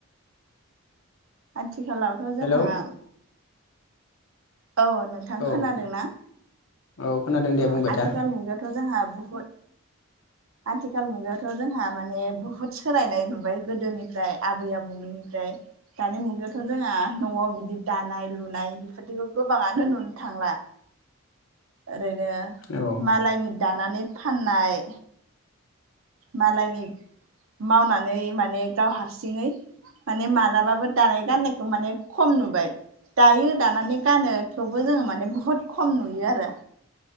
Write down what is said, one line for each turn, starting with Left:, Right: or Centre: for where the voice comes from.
Right: आथिखालावथ' जोंहा
Left: हेलौ
Right: औ नोंथां
Left: औ
Right: खोनादों ना
Left: औ खोनादों दे
Right: अ
Left: बुंबाय
Right: आथिखाल
Left: था
Right: मुगायावथ' जोंहा बहुद आथिखाल मुगायावथ' थ' जोंहा माने बुहुत सोलायनाय नुबाय गोदोनिफ्राय आबै आबौमोननिफ्राय दानि मुगायावथ' जोंहा न'आव बिदि दानाय लुनाय बेफोरदिखौ गोबाङानो नुनो थांला ओरैनो
Left: औ
Right: मालायनि दानानै फाननाय मालायनि मावनानै माने गाव हारसिङै माने मालाबाबो दानाय गाननायखौ माने खम नुबाय दायो दानानै गानो थेवबो जोङो माने बुहुद खम नुयो आरो